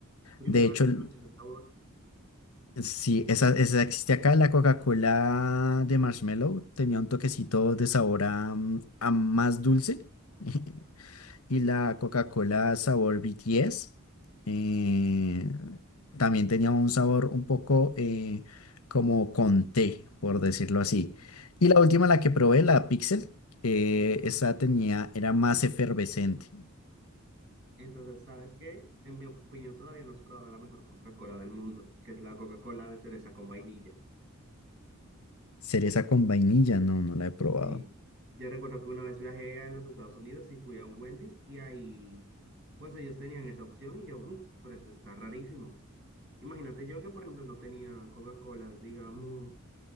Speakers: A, on the right; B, on the left.
A: primera
B: De hecho,
A: vez que
B: el-
A: escuché ese sabor.
B: sí, esa, esa existe acá, la Coca-Cola de marshmallow tenía un toquecito de sabor a, mm, a más dulce <laughs> Y la Coca-Cola sabor BTS eh, también tenía un sabor un poco eh, como con té, por decirlo así. Y la última, la que probé, la Pixel, eh, esa tenía, era más efervescente.
A: Entonces, ¿sabes qué? En mi opinión, todavía no has probado la mejor Coca-Cola del mundo, que es la Coca-Cola de cereza con vainilla.
B: Cereza con vainilla, no, no la he probado.
A: Y yo recuerdo que una vez viajé a los Estados Unidos y fui a un Wendy's y ahí, pues ellos tenían esa opción y yo, uff, pero esto está rarísimo. Imagínate yo que, por ejemplo, no tenía Coca-Colas, digamos.